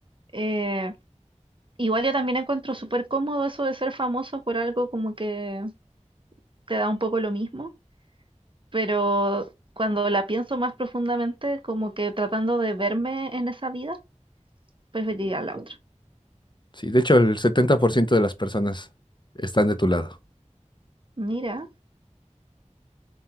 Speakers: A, on the right (about 45°); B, on the left (about 40°).
A: eh, igual yo también encuentro súper cómodo eso de ser famoso por algo como que te da un poco lo mismo, pero cuando la pienso más profundamente, como que tratando de verme en esa vida, preferiría la otra.
B: Sí, de hecho, el 70% de las personas están de tu lado.
A: Mira,